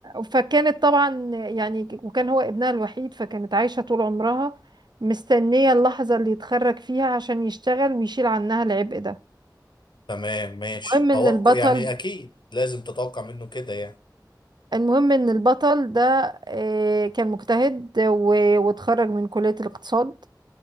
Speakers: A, on the right; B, on the left.
A: فكانت طبعا يعني وكان هو ابنها الوحيد فكانت عايشة طول عمرها مستنية اللحظة اللي يتخرج فيها عشان يشتغل ويشيل عنها العبء ده
B: تمام ماشي
A: المهم
B: توقع
A: ان البطل
B: يعني اكيد لازم تتوقع منه كده يعني
A: المهم ان البطل ده آه، كان مجتهد و... واتخرج من كلية الاقتصاد